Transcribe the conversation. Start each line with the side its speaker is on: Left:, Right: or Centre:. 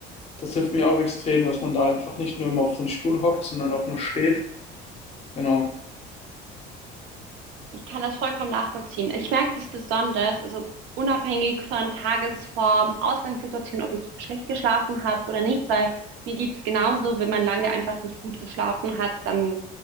Left: Das hilft mir auch extrem, dass man da einfach nicht nur immer auf so einen Stuhl hockt, sondern auch mal steht. Genau.
Right: Ich kann das vollkommen nachvollziehen. Ich merke das besonders, also unabhängig von Tagesform, Ausgangssituation, ob ich schlecht geschlafen habe oder nicht, weil mir geht's genauso, wenn man lange einfach nicht gut geschlafen hat, dann